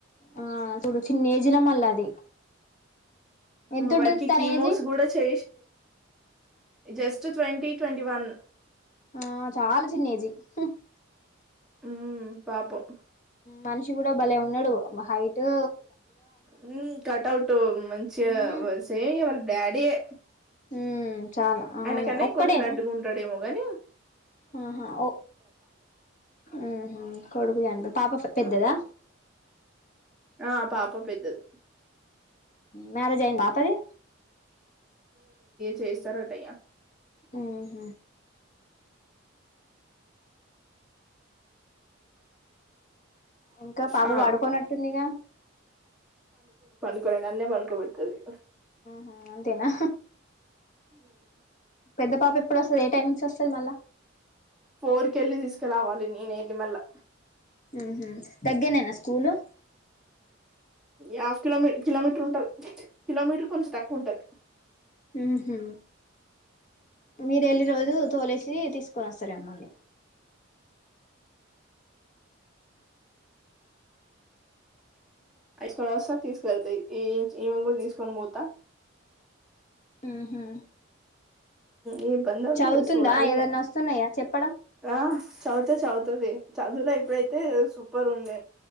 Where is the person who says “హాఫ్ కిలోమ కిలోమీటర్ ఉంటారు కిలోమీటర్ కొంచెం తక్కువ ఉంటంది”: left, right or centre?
Centre